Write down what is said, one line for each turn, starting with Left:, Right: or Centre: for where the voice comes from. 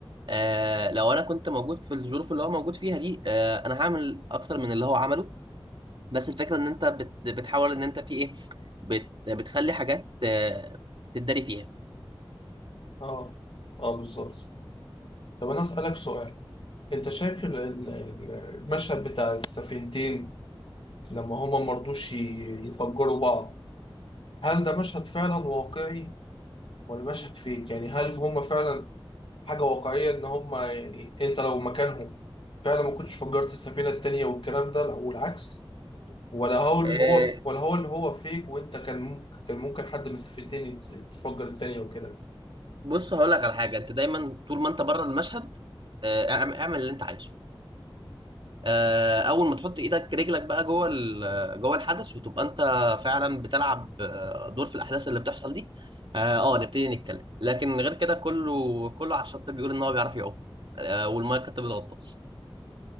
Right: آه لو أنا كنت موجود في الظروف اللي هو موجود فيها دي آه أنا هعمل أكتر من اللي هو عمله بس الفكره ان انت بت... بتحاول ان انت في ايه بت... بتخلي حاجات آه، تتداري فيها
Left: اه اه بالظبط طب انا اسالك سؤال انت شايف ال- ال- ال- المشهد بتاع السفينتين لما هما مرضوش ي- يفجروا بعض هل ده مشهد فعلا واقعي ولا مشهد فيك يعني هل هم فعلا حاجة واقعية ان هم يعني انت لو مكانهم فعلا ما كنتش فجرت السفينة التانية والكلام ده والعكس ولا هو اللي
Right: آه،
Left: هو ولا هو اللي هو فيك وانت كان ممكن كان ممكن حد من السفينتين تفجر التانية وكده
Right: بص هقول لك على حاجه انت دايما طول ما انت بره المشهد آه، اعم- اعمل اللي انت عايزه آه، اول ما تحط ايدك رجلك بقى جوه ال- جوه الحدث وتبقى انت فعلا بتلعب آه، دور في الاحداث اللي بتحصل دي اه آه، نبتدي نتكلم لكن غير كده كله كله على الشط بيقول ان هو بيعرف يعوم آه، والميه كانت بتغطس